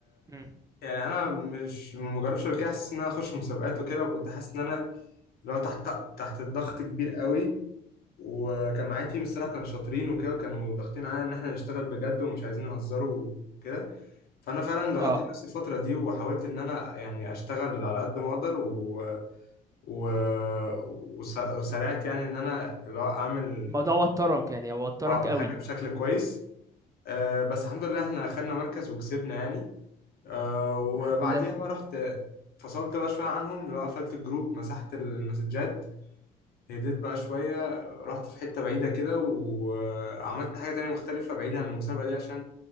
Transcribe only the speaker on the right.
مم.
اه
الموضوع وترك يعني وترك
قوي
الحمد لله